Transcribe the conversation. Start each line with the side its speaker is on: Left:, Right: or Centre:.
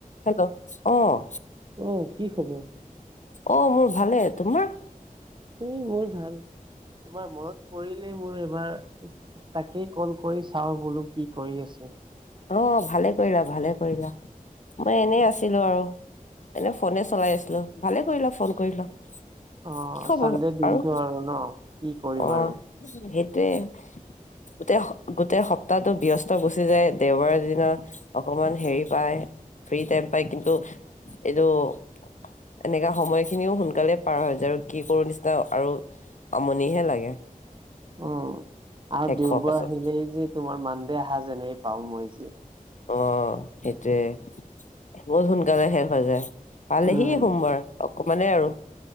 Left: Hello, অ'।
Right: অ', কি খবৰ?
Left: অ', মোৰ ভালে। তোমাৰ?
Right: এ, মোৰ ভাল তোমাৰ মনত পৰিলে মোৰ এবাৰ <unintelligible> তাকেই কল কৰি চাওঁ বোলো কি কৰি আছে।
Left: অ', ভালে কৰিলা ভালে কৰিলা মই এনেই আছিলোঁ আৰু। এনে ফ'নে চলাই আছিলোঁ ভালে কৰিলা ফোন কৰিলা।
Right: অ
Left: কি খবৰ
Right: চানডে দিনটো
Left: আৰু?
Right: ন কি কৰিম
Left: অ'।
Right: আৰু
Left: সেটোয়ে গোটেই স গোটেই সপ্তাহটো ব্যস্ত গুচি যায় দেওবাৰৰ দিনা অকমান হেৰি পায় ফ্ৰী টাইম পায় কিন্তু এইটো- এনেকা সময়খিনিও সোনকালে পাৰ হৈ যায়, আৰু কি কৰো নিচিনা আৰু- আমনি হে লাগে।
Right: উমঁ, আৰু
Left: শেষ
Right: দেউবাৰ
Left: হোৱাৰ পাছত
Right: সেইদিনা যে তোমাৰ মান দে আহা জেনেই পাওঁ মই যে।
Left: অঁহ', -সেইটোৱে, বহুত সোনকালে শেষ হৈ যায়। পালেহি
Right: উম
Left: সোমবাৰ অকণমানে আৰু,